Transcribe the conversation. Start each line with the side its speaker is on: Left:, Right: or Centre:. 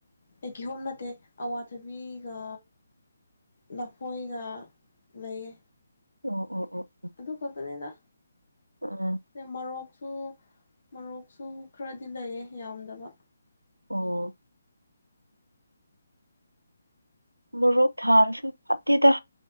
Left: ꯑꯩ ꯀꯤꯍꯣꯝ ꯅꯠꯇꯦ ꯑꯋꯥꯊꯕꯤꯒ ꯂꯐꯣꯏꯒ ꯂꯩꯌꯦ
Right: ꯑꯣ ꯑꯣ ꯑꯣ ꯑꯣ
Left: ꯑꯗꯨ ꯈꯛꯇꯅꯤꯗ
Right: ꯎꯝ
Left: ꯁ ꯃꯔꯣꯔꯣꯛ ꯁꯨ ꯃꯔꯣꯛꯁꯨ ꯈꯔꯗꯤ ꯂꯩꯌꯦ ꯌꯥꯝꯗꯕ
Right: ꯑꯣ ꯃꯣꯔꯣꯛ ꯊꯥꯔꯁꯨ ꯐꯠꯇꯦꯗ